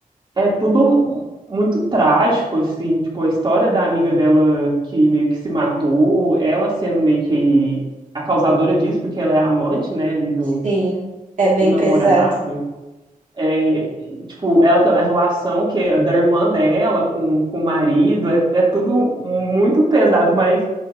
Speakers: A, on the right; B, on the right.
A: é tudo muito trágico, assim, tipo, a história da amiga dela que meio que se matou, ela sendo meio que a causadora disso, porque ela é a amante, né, ali do,
B: Sim, é bem
A: do namorado,
B: pesado.
A: É, tipo, ela, tá- a relação que é da irmã dela com, com o marido é, é tudo muito pesado, mas